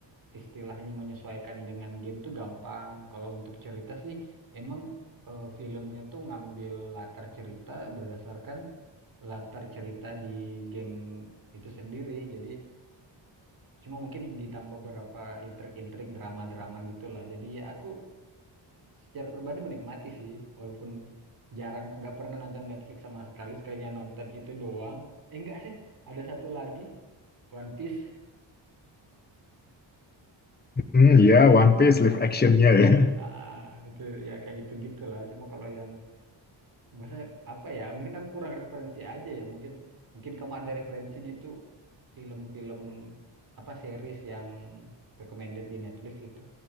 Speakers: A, on the right (about 50°); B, on the left (about 20°).
A: istilahnya menyesuaikan dengan game tuh gampang. Kalau untuk cerita sih emang eh, filmnya tuh ngambil latar cerita berdasarkan latar cerita di game itu sendiri. Jadi cuma mungkin ditambah beberapa intrik-intrik drama-drama gitulah. Jadi ya aku secara pribadi menikmati sih walaupun jarang nggak pernah nonton Netflix sama sekali sekalinya nonton itu doang. Eh enggak sih, ada satu lagi One Piece.
B: Hmm, ya One Piece
A: Ya,
B: live actionnya ya.
A: Ah, ah, itu ya kayak gitu gitu lah Cuma kalau yang maksudnya apa ya? Mungkin aku kurang referensi aja ya. Mungkin mungkin kamu ada referensi gitu film-film apa series yang recommended di Netflix gitu.